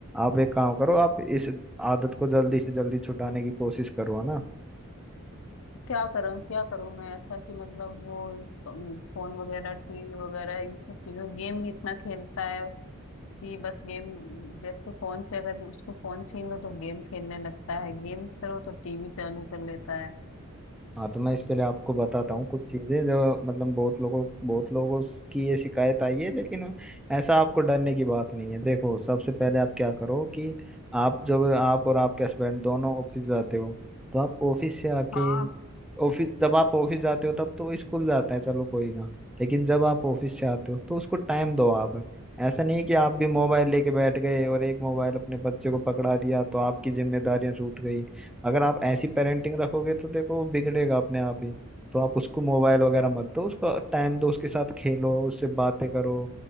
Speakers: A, in the centre; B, on the left.
A: आप एक काम करो आप इस आदत को जल्दी से जल्दी छुटाने की कोशिश करो है ना
B: क्या करूँ क्या करूँ मैं ऐसा कि मतलब वो फोन वगैरह टीवी वगैरह इन सब चीजों गेम भी इतना खेलता है कि बस गेम जैसे फोन से अगर उसको फोन छीन लो तो गेम खेलने लगता है गेम करो तो टीवी चालू कर लेता है
A: हाँ तो मैं इसके लिए आपको बताता
B: तो
A: हूँ कुछ चीज़ें जो मतलब बहुत लोगों बहुत लोगों की ये शिकायत आई है लेकिन ऐसा आपको डरने की बात नहीं है देखो सबसे पहले आप क्या करो कि आप जब आप और आपके हस्बैंड दोनों ऑफिस जाते हो तो आप ऑफिस से आके
B: हाँ
A: ऑफिस जब आप ऑफिस जाते हो तब तो स्कूल जाते हैं चलो कोई ना लेकिन जब आप ऑफिस से आते हो तो उसको टाइम दो आप ऐसा नहीं कि आप भी मोबाइल लेके बैठ गए और एक मोबाइल अपने बच्चे को पकड़ा दिया तो आपकी जिम्मेदारियां छूट गई अगर आप ऐसी पेरेंटिंग रखोगे तो देखो वो बिगड़ेगा अपने आप ही तो आप उसको मोबाइल वगैरह मत दो उसको टाइम दो उसके साथ खेलो उससे बातें करो